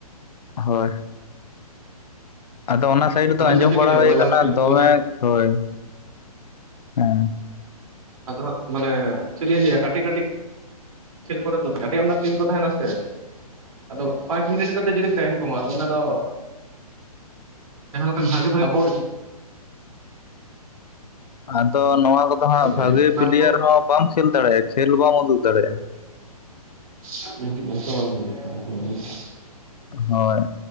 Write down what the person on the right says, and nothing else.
ᱠᱷᱮᱞ
ᱫᱚ ᱪᱮᱫ
ᱞᱤᱧ ᱞᱟᱹᱭᱟ
ᱵᱚᱭᱞᱟᱨ
ᱠᱷᱮᱞ ᱠᱚ
ᱟᱫᱚ ᱢᱟᱱᱮ ᱪᱤᱞᱤᱧ ᱞᱟᱹᱭ ᱠᱟᱹᱴᱤᱡ ᱠᱟᱹᱴᱤᱡ ᱠᱷᱮᱞ ᱠᱳᱨᱮ ᱫᱚ ᱟᱰᱤ ᱟᱢᱫᱟ ᱴᱤᱢ ᱠᱚ ᱛᱟᱦᱮᱱᱟ ᱥᱮ ᱟᱫᱚ ᱯᱟᱸᱪ ᱢᱤᱱᱤᱴ ᱠᱟᱛᱮ ᱡᱩᱫᱤ ᱴᱟᱭᱤᱢ ᱠᱚ ᱮᱢᱚᱜᱼᱟ ᱚᱱᱟ ᱫᱚ ᱡᱟᱦᱟᱸ ᱞᱮᱠᱟᱱ ᱵᱷᱟᱜᱮ ᱵᱷᱟᱜᱮ ᱟᱵᱳ
ᱞᱟᱹᱭᱟ
ᱚᱱᱟ
ᱠᱚ
ᱦᱸ <unintelligible>